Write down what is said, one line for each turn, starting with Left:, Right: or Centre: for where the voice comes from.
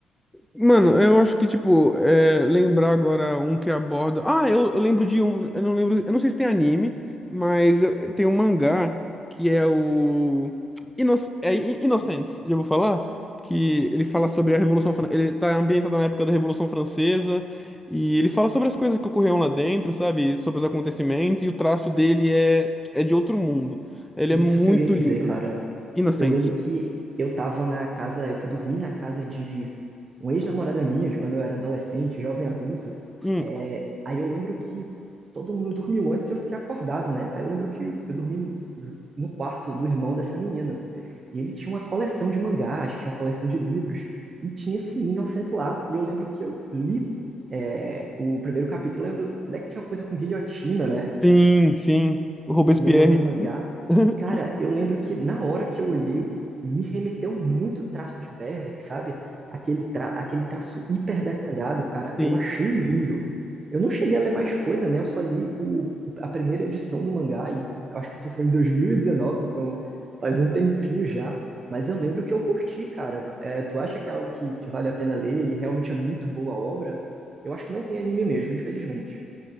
Centre: Mano, eu acho que, tipo, é, lembrar agora um que aborda. Ah, eu, eu lembro de um. Eu não lembro. Eu não sei se tem anime, mas eu- tem um mangá que é o. Ino... É I- Inocentes, já vou falar. Que ele fala sobre a Revolução Fran- Ele tá ambientado na época da Revolução Francesa. E ele fala sobre as coisas que ocorreram lá dentro, sabe? Sobre os acontecimentos. E o traço dele é, é de outro mundo. Ele
Right: Isso
Centre: é muito
Right: que eu ia dizer,
Centre: lindo.
Right: cara.
Centre: Inocentes.
Right: Eu lembro que eu tava na casa, eu fui dormir na casa de uma ex-namorada minha, de quando eu era adolescente, jovem adulto.
Centre: Hum,
Right: É, aí eu lembro que todo mundo dormiu antes e eu fiquei acordado, né? Aí eu lembro que eu dormi no quarto do irmão dessa menina. E ele tinha uma coleção de mangás, tinha uma coleção de livros, e tinha esse Inocent lá. E eu lembro que eu li é, o primeiro capítulo. Eu lembro, né, que tinha uma coisa com guilhotina, né?
Centre: sim, sim. O Robespierre.
Right: no, ma- no mangá.
Centre: <laughs>
Right: E, cara, eu lembro que na hora que eu olhei, me remeteu muito o traço de Berserk, sabe? Aquele, tra aquele traço hiper detalhado, cara.
Centre: Sim.
Right: Eu achei lindo. Eu não cheguei a ler mais coisa, né? Eu só li o, a primeira edição do mangá, e eu acho que isso foi em 2019, então faz um tempinho já. Mas eu lembro que eu curti, cara. É, tu acha que é algo que, que vale a pena ler? Ele realmente é muito boa a obra? Eu acho que não tem anime mesmo, infelizmente.